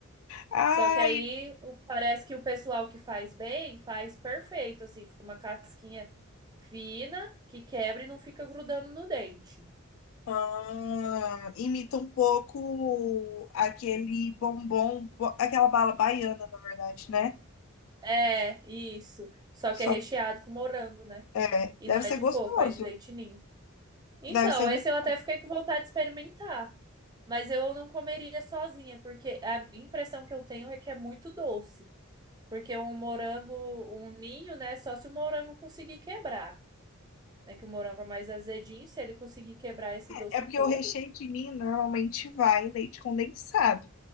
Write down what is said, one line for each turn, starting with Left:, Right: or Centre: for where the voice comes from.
Left: Ai,
Right: Só que aí o- parece que o pessoal que faz bem faz perfeito, assim, fica uma casquinha fina que quebra e não fica grudando no dente.
Left: ah, imita um pouco aquele bombom, bo- aquela bala baiana, na verdade, né?
Right: É, isso. Só
Left: Só
Right: que é recheado
Left: que
Right: com morango, né?
Left: é,
Right: E
Left: deve
Right: não é
Left: ser
Right: de
Left: gostoso.
Right: coco, é de leite ninho. Então,
Left: Deve ser
Right: esse
Left: ruim.
Right: eu até fiquei com vontade de experimentar, mas eu não comeria sozinha, porque a impressão que eu tenho é que é muito doce. Porque um morango, um ninho, né? Só se o morango conseguir quebrar, né? Que o morango é mais azedinho, se ele conseguir quebrar esse doce
Left: É porque
Right: todo,
Left: o recheio de ninho normalmente vai leite condensado.